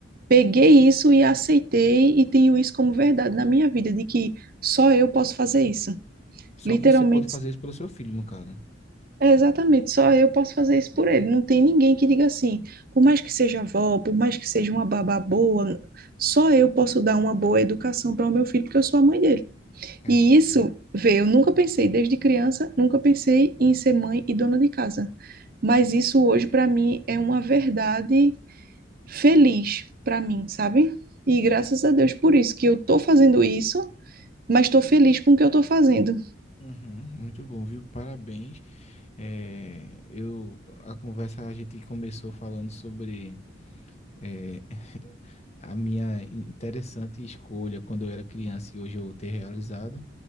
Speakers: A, on the right; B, on the left.
A: peguei isso e aceitei e tenho isso como verdade na minha vida, de que só eu posso fazer isso.
B: Só
A: Literalmente
B: você pode fazer isso pelo seu filho, no caso,
A: É, exatamente, só eu posso fazer isso
B: né?
A: por ele. Não tem ninguém que diga assim, por mais que seja avó, por mais que seja uma babá boa, só eu posso dar uma boa educação para o meu filho, porque eu sou a mãe dele.
B: Exato.
A: E isso, vê, eu nunca pensei, desde criança, nunca pensei em ser mãe e dona de casa. Mas isso hoje, para mim, é uma verdade feliz para mim, sabe? E graças a Deus por isso, que eu tô fazendo isso, mas estou feliz com o que eu tô fazendo.
B: Uhum, muito bom, viu? Parabéns. É, eu, a conversa a gente começou falando sobre é, a minha interessante escolha quando eu era criança e hoje eu ter realizado.